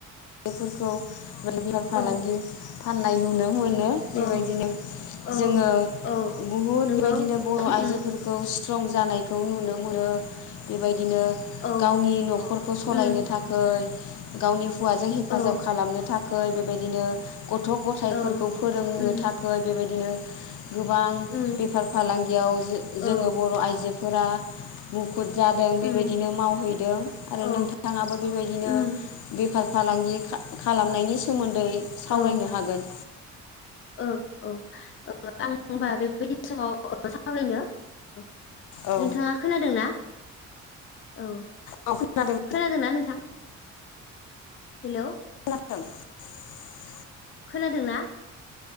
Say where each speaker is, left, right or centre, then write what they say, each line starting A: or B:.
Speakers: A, on the left; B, on the left.
A: बेफोरखौ माने बेफार
B: औ
A: फालांगि फाननाय नुनो मोनो बेबायदिनो
B: औ औ
A: जोङो
B: औ
A: बुहुद
B: नंगौ
A: बायदिनो बर'
B: उम
A: आइजोफोरखौ स्ट्रं जानायखौ नुनो मोनो बेबाय दिनो
B: औ
A: गावनि न'खरखौ सलायनो
B: उम
A: थाखै गावनि हौवाजों हेफाजाब
B: औ
A: खालामनो थाखै बेबायदिनो ग थ' गथाइफोरखौ
B: औ
A: फोरोंनो
B: उम
A: थाखै बेबायदिनो गोबां
B: उम
A: बेफार फालांगियाव जो-जोङो
B: औ
A: बर' आइजोफोरा मु खुद जादों बेबायदिनो
B: उम
A: मावहैदों आरो
B: औ
A: नोंथाङाबो बेबायदिनो
B: उम
A: बे फार फालांगि खालामनायनि सोमोन्दै सावरायनो
B: औ
A: हागोन।
B: औ औ आं होनबा बेबायदि समाव सावरायनो औ
A: औ
B: नोंथाङा खोनादोंना? औ।
A: औ खोनादों
B: खोनादोंना नोंथां हेल'?
A: <unintelligible>
B: खोनादोंना?